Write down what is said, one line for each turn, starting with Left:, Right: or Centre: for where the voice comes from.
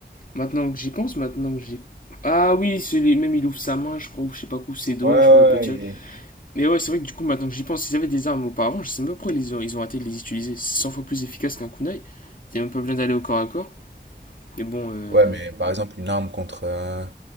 Left: maintenant que j'y pense, maintenant que j'y Ah oui, celui même il ouvre sa main, je crois ou je sais pas quoi, ses doigts,
Right: Ouais, ouais,
Left: je crois il peut tirer.
Right: ouais,
Left: Mais ouais, c'est vrai que du coup maintenant que j'y pense, ils avaient des armes auparavant, je sais même pas pourquoi ils ont ils ont arrêté de les utiliser. C'est 100 fois plus efficace qu'un kunai. Il y a même pas besoin d'aller au corps à corps. Mais bon, euh,
Right: Ouais, mais par exemple, une arme contre un,